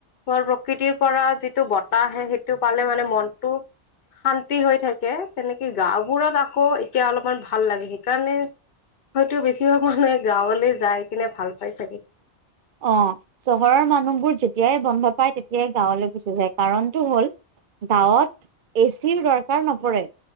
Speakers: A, on the left; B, on the right.
A: ধৰ প্ৰকৃতিৰ পৰা যিটো বতাহ আহে সেইটো পালে মানে মনটো শান্তি হৈ থাকে তেনেকে গাঁওবোৰত আকৌ এতিয়া অলপমান ভাল লাগে সেইকাৰণে হয়তো বেছিভাগ মানুহে গাঁৱলৈ যাই কিনে ভাল পাই চাগে
B: অ চহৰৰ মানুহবোৰ যেতিয়াই বন্ধ পায় তেতিয়াই গাঁৱলৈ গুচি যায় কাৰণতটো হ'ল গাঁৱত এ চিও দৰকাৰ নপৰে।